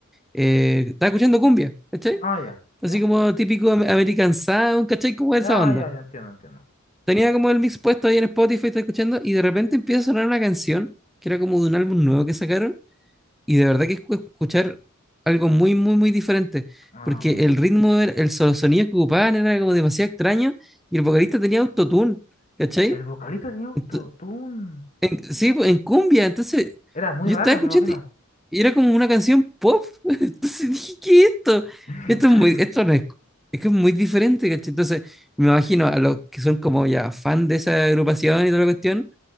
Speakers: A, in the centre; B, on the left (about 35°).
A: eh, estaba escuchando cumbia, ¿cachai?
B: Ah, ya.
A: Así
B: ¿Ya?
A: como típico am- American Sound, ¿cachai? Como esa
B: Ya,
A: onda.
B: ya, ya entiendo, entiendo.
A: Tenía como el mix puesto ahí en Spotify, estaba escuchando, y de repente empieza a sonar una canción, que era como de un álbum nuevo que sacaron, y de verdad que es escuchar algo muy, muy, muy diferente,
B: Ah,
A: porque el ritmo, era- el so- sonido que ocupaban era como demasiado extraño, y el vocalista tenía autotune, ¿cachai?
B: el vocalista tenía autotune.
A: Ento- en- sí, pues, en cumbia. Entonces,
B: Era muy
A: yo
B: raro,
A: estaba escuchando
B: me imagino.
A: y y era como una canción pop. <laughs> Entonces dije, ¿qué es esto?
B: <laughs>
A: Esto es muy, esto no es, es que es muy diferente, ¿cachai? Entonces, me imagino a los que son como ya fan de esa agrupación y toda la cuestión,